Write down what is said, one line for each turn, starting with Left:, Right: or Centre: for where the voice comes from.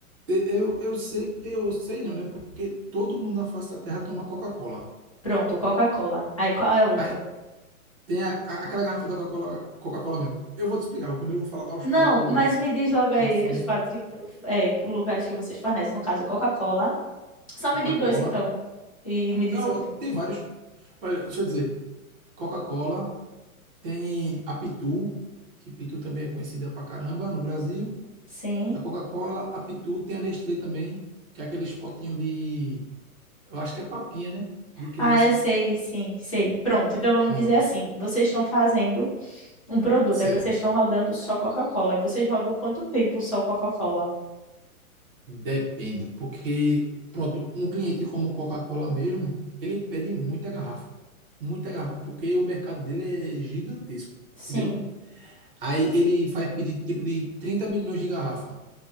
Right: E- Eu, eu sei, eu sei não, né? Porque todo mundo na face da Terra toma Coca-Cola.
Left: Pronto, Coca-Cola. Aí qual é a outra?
Right: Aí tem a- a- aquela garrafa da Coca-Cola, Coca-Cola mesmo. Eu vou te explicar. Eu primeiro vou falar os
Left: Não,
Right: quatro,
Left: mas me diz logo
Right: quatro
Left: aí
Right: fornecedores.
Left: os quatro, em- eh, lugares que vocês fornecem. No caso, Coca-Cola. Só
Right: Coca-Cola.
Left: me diz dois, então. E me diz
Right: Não,
Left: outro.
Right: tem vários. Olha, deixa eu dizer. Coca-Cola, tem a Pitu, que Pitu também é conhecida pra caramba no Brasil.
Left: Sim.
Right: A Coca-Cola, a Pitu, tem a Nestlé também, que é aquele potinho de, eu acho que é papinha, né? De criança.
Left: Ah, eu sei, sim, sei. Pronto, então vamos
Right: Pronto.
Left: dizer assim: vocês estão fazendo. Um produto,
Right: Certo.
Left: aí vocês estão rodando só Coca-Cola. E vocês rodam quanto tempo só Coca-Cola?
Right: Depende, porque, pronto, um cliente como Coca-Cola mesmo, ele pede muita garrafa. Muita garrafa, porque o mercado dele é gigantesco,
Left: Sim.
Right: entendeu? Aí ele faz pedido tipo de 30 milhões de garrafa,